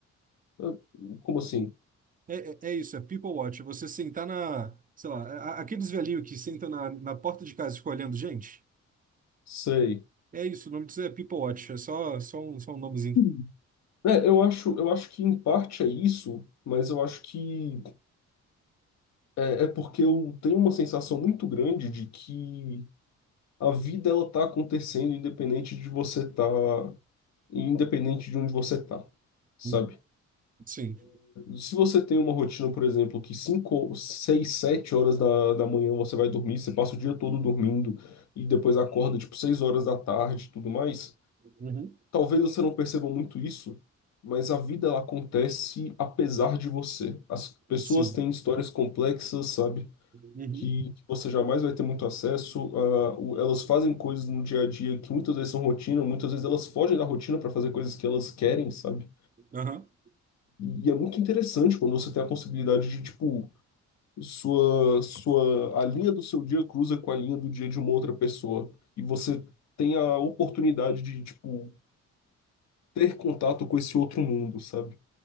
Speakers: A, on the left (about 60°); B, on the right (about 30°).
A: Eu- Como assim?
B: É, é, é isso, é people watch. É Você sentar na, sei lá, a- a- aqueles velhinhos que sentam na, na porta de casa e ficam olhando gente.
A: Sei.
B: É isso, o nome disso é people watch, é só, só um, só um nomezinho.
A: Hum. É, eu acho, eu acho que em parte é isso, mas eu acho que é, é porque eu tenho uma sensação muito grande de que a vida ela tá acontecendo independente de você tá, independente de onde você tá, sabe?
B: Uhum. Sim.
A: Se você tem uma rotina, por exemplo, que 5 6 7 horas da, da manhã você vai dormir, você passa o dia todo dormindo e depois acorda tipo 6 horas da tarde e tudo mais,
B: Uhum.
A: talvez você não perceba muito isso, mas a vida ela acontece apesar de você. As pessoas
B: Sim.
A: têm histórias complexas, sabe?
B: Uhum.
A: que, que você jamais vai ter muito acesso. A, o- elas fazem coisas no dia a dia que muitas vezes são rotina, muitas vezes elas fogem da rotina para fazer coisas que elas querem, sabe?
B: Aham.
A: E, é muito interessante quando você tem a possibilidade de, tipo, sua, sua, a linha do seu dia cruza com a linha do dia de uma outra pessoa. E você tem a oportunidade de, tipo, ter contato com esse outro mundo, sabe?